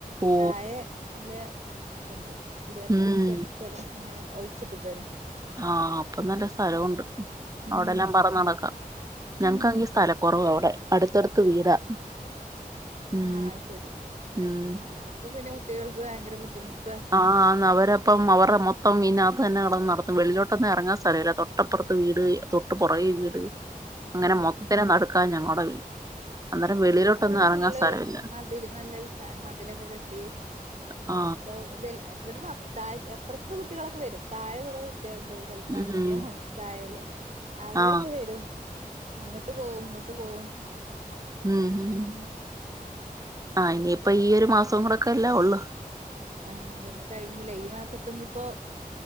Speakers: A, on the right; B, on the right.
A: ഓ
B: തായെ അല്ലേ ഉണ്ട് ഇരുപത്തഞ്ച്
A: ഉം
B: സെന്റ് സ്ഥലം അങ്ങനെ ഒഴിച്ചിട്ട് തരും
A: ആ അപ്പൊ നല്ല സ്ഥലൊണ്ട് അവിടെല്ലാം
B: ഉം
A: പറന്ന് നടക്കാം
B: ഉം
A: ഞങ്ങൾക്ക് ആണെങ്കിൽ സ്ഥല കുറവ് അവിടെ. അടുത്തടുത്ത് വീടാ. ഉം
B: ആഹ് അത് ശരി
A: ഉം
B: ആഹ് അപ്പൊ പിന്നെ കുട്ടികൾക്ക് ഭയങ്കര ബുദ്ധിമു <unintelligible>
A: ആഹ് അന്ന് അവര് അപ്പം അവരുടെ മൊത്തം ഇന തന്നെ നടന്നു നടത്തും വെളിലോട്ടൊന്നും ഇറങ്ങാൻ സ്ഥലമില്ല, തൊട്ടപ്പുറത്ത് വീട് തൊട്ട് പുറകെ വീട്. അങ്ങനെ
B: ആഹ്
A: മൊത്തത്തിനെ
B: ശരി
A: നടുക്കാ ഞങ്ങളുടെ വീട് അന്നേരം
B: ഏഹ്
A: വെളിയിലോട്ടൊന്നും
B: ഞങ്ങളവിടെ
A: ഇറങ്ങാൻ
B: ഫുള്ള്
A: സ്ഥലമില്ല
B: മതില് നല്ലരസ മതിലൊക്കെ കെട്ടി
A: ആ
B: തൊ തില് ഇവിടുന്ന. താഴെ അപ്പുറത്ത് കുട്ടികളൊക്കെ വരും താഴെ കൊറെ കു ട്ടികളുണ്ട് കളിക്കാൻ
A: ഉം
B: പറ്റിയ വലുതായത്. അവരൊക്കെ
A: ആ
B: വരും. അങ്ങോട്ട് പോവും ഇങ്ങോട്ട് പോവും.
A: ഉം
B: അങ്ങനെ
A: ആഹ് ഇനിയിപ്പ ഈ ഒരു മാസം കൂടെ ഒക്കെ അല്ലെ ഉള്ളൂ.
B: ആഹ് അതെന്നെ കഴിഞ്ഞില്ലേ ഈ മാസം. ഇനിയിപ്പോ